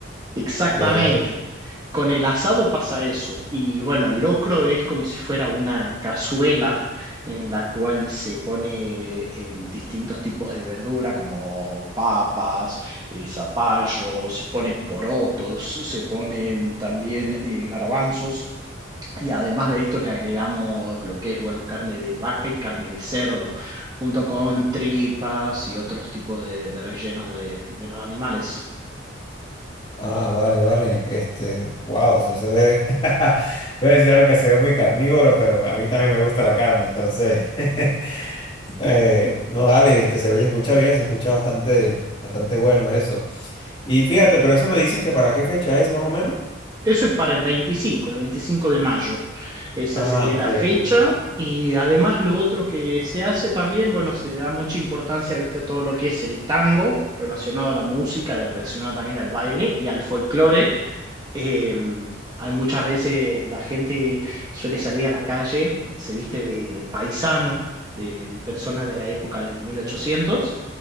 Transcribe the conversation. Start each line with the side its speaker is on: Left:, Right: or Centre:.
Right: Exactamente.
Left: de allá. de-
Right: Con el asado pasa eso. Y bueno, el locro es como si fuera una cazuela en la cual se pone eh, distintos tipos de verdura como papas, eh, zapallo, se ponen porotos, se ponen también eh, garbanzos. Y además de esto le agregamos lo que es, bueno, carne de vaca y carne de cerdo, junto con tripas y otros tipos de, de rellenos de de los animales.
Left: Ah, vale, vale, este, wow, eso se ve, <laughs> iba a decir algo que se ve muy carnívoro, pero a mí también me gusta la carne, entonces, <laughs> eh, no, dale, este, se oye, escucha bien, se escucha bastante, bastante bueno eso. Y fíjate, pero eso me dices que para qué fecha es más o menos.
Right: Eso es para el veinticinco el veinticinco de mayo. Esa
Left: Ah,
Right: sería
Left: ok,
Right: la fecha.
Left: ok, perfecto.
Right: Y además lo otro que se hace también, bueno, se le da mucha importancia, viste, a todo lo que es el tango, relacionado a la música, de- relacionado también al baile y al folclore. Eh, hay muchas veces la gente suele salir a la calle, se viste de, de paisano, de, de personas de la época del 1800